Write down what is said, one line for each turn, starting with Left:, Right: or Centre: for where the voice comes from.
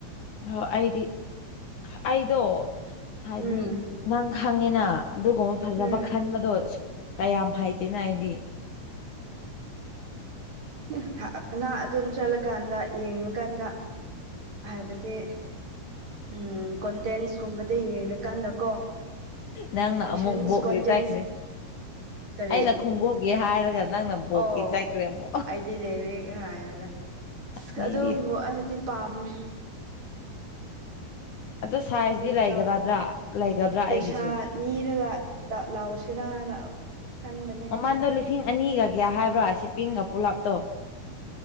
Left: ꯍ ꯑꯩꯗꯤ ꯑꯩꯗꯣ ꯍꯥꯏꯗꯤ
Right: ꯎꯝ
Left: ꯅꯪ ꯈꯪꯉꯤꯅ ꯑꯗꯨꯒꯨꯝꯕ ꯐꯖꯕ
Right: ꯎꯝ
Left: ꯈꯟꯕꯗꯣ ꯀꯌꯥꯝ ꯍꯥꯏꯇꯦꯅ ꯑꯩꯗꯤ
Right: ꯅꯍ ꯅꯪ ꯑꯗꯨꯝ ꯆꯠꯂꯀꯥꯟꯗ ꯌꯦꯡꯉꯨꯀꯥꯟꯗ ꯍꯥꯏꯕꯗꯤ ꯎꯝ ꯀꯣꯟꯇꯦꯟꯁ ꯀꯨꯝꯕꯗ ꯌꯦꯡꯉꯀꯥꯟꯗ ꯀꯣ
Left: ꯅꯪꯅ
Right: ꯂꯦꯁꯟꯁ
Left: ꯑꯃꯨꯛ ꯕꯣꯛꯒꯤ
Right: ꯀꯣꯟꯇꯦꯟꯁ
Left: ꯆꯠꯈ꯭ꯔꯦ
Right: ꯀꯔꯤ
Left: ꯑꯩꯅ ꯈꯣꯡꯎꯞꯒꯤ ꯍꯥꯏꯔꯒ ꯅꯪꯅ ꯕꯣꯛꯀꯤ
Right: ꯑꯣ
Left: ꯆꯠꯈ꯭ꯔꯦ ꯑꯃꯨꯛ
Right: ꯑꯩꯗꯤ ꯂꯩꯔꯤꯛ ꯍꯥꯏꯔꯒ
Left: ꯑꯁ
Right: ꯁꯤ
Left: ꯃꯤꯗꯤ
Right: ꯑꯗꯨꯒꯨꯝ ꯑꯩꯗꯤ ꯄꯥꯝꯃꯦ
Left: ꯑꯗꯨ ꯁꯥꯏꯟꯇꯤ
Right: ꯀꯔꯤ
Left: ꯂꯩꯒꯔꯗ꯭ꯔꯥ
Right: ꯇꯧ
Left: ꯂꯩꯒꯗ꯭ꯔꯥ
Right: ꯄꯩꯁꯥ
Left: ꯑꯩꯒꯤꯁꯨ
Right: ꯅꯤꯔꯒ ꯇ ꯂꯥꯎꯁꯤꯔꯅ ꯈꯟꯕꯅꯤ
Left: ꯃꯃꯥꯡꯗ ꯂꯤꯁꯤꯡ ꯑꯅꯤꯒ ꯀꯌꯥ ꯍꯥꯏꯕ꯭ꯔꯥ ꯁꯤꯄꯤꯡꯒ ꯄꯨꯂꯥꯞꯇꯣ